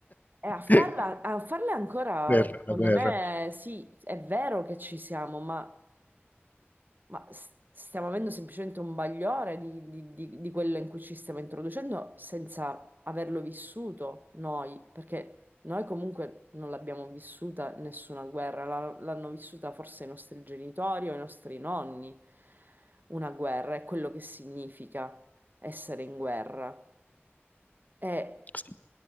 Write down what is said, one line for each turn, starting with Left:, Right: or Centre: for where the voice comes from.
Right: E a farla,
Left: <laughs>
Right: a farle ancora,
Left: Guerra,
Right: secondo
Left: la guerra.
Right: me, sì, è vero che ci siamo, ma, ma s- stiamo avendo semplicemente un bagliore di, di- di- di quello in cui ci stiamo introducendo senza averlo vissuto noi, perché noi comunque non l'abbiamo vissuta nessuna guerra, la- l'hanno vissuta forse i nostri genitori o i nostri nonni, una guerra, è quello che significa essere in guerra. E
Left: Sì.